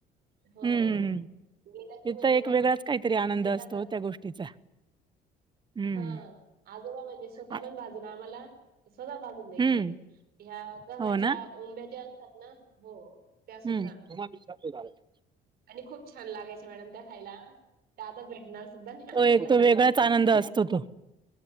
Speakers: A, on the right (about 25°); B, on the right (about 65°).
A: हम्म
B: हो
A: हम्म हम्म.
B: गेत
A: तिथं
B: की म्हणजे
A: एक
B: मगेतात,
A: वेगळाच काहीतरी आनंद असतो त्या गोष्टीचा हम्म
B: हा आजोबा म्हणजे स्वतः
A: आ
B: पण भाजू ना आम्हाला, स्वतः बजून द्यायचे
A: हम्म
B: ह्या गव्हाच्या
A: हो ना
B: ओंब्या ज्या असतात. ना हो, त्यासुद्धा.
A: हम् तुम वि झा <unintelligible>
B: आणि खूप छान लागायचे मॅडम खायला? ते आता भेटणार सुद्धा नाही आपल्याला,
A: तो एक तो वेगळाच आनंद असतो तो